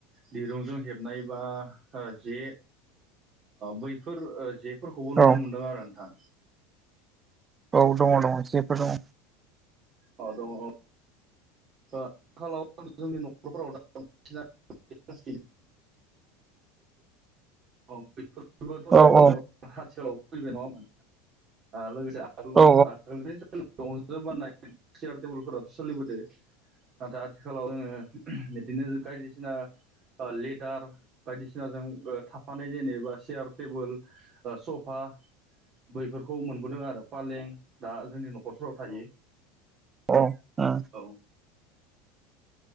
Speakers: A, on the right; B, on the right.
A: दिरुंजों हेबनाय बा जे बैफोर जे फोरखौबो नुनो
B: औ
A: मोन्दों आरो नोंथां
B: औ दङ दङ जेफोर दङ।
A: अ दङ औ ओ आथिखालाव जोंनि न'खरफोराव दा <unintelligible> आथिखालाव
B: औ औ
A: फैबाय नङामोन लोगोसे आगोलाव
B: औ
A: आगोलनि दंजाज बानायनाय। सियार टेबोलफोराथ' सोलिबोदो। नाथाय आथिखालाव जोङो बिदिनो बायदिसिना। लेदार बायदिसिनाजों थाफानाय जेनेबा चयार टेबोल सफा बैफोरखौ मोनबोदों आरो फालें दा जोंनि न'खर खरफोराव थायो
B: अ अ
A: औ